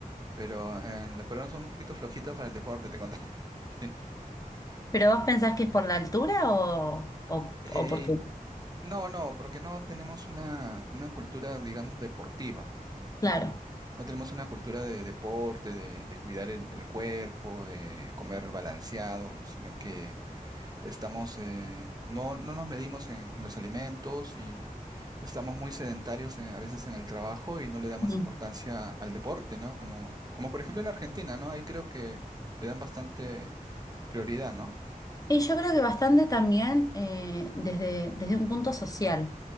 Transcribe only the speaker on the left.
¿Pero vos pensás que es por la altura o, o,
o por qué?
Claro.
Mm.
Y yo creo que bastante también eh, desde, desde un punto social.